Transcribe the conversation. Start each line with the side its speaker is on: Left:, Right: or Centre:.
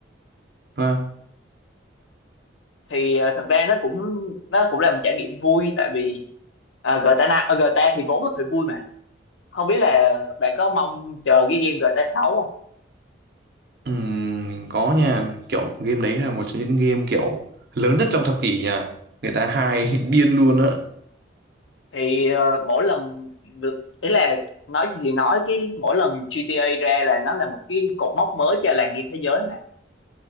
Right: không?
Left: thì ờ, thật ra nó cũng nó cũng là một trải nghiệm vui tại vì uh, GTA na- ờ, GTA thì vốn nó phải vui mà không biết là bạn có mong chờ cái game GTA 6 không
Right: Ừ, mình có nha kiểu game đấy là một trong những game kiểu lớn nhất trong thập kỷ nha người ta hay <laughs> điên luôn á
Left: thì ờ, mỗi lần được ý là nói gì thì nói cái mỗi lần GTA ra là nó là một cái cột mốc mới cho làng game thế giới mà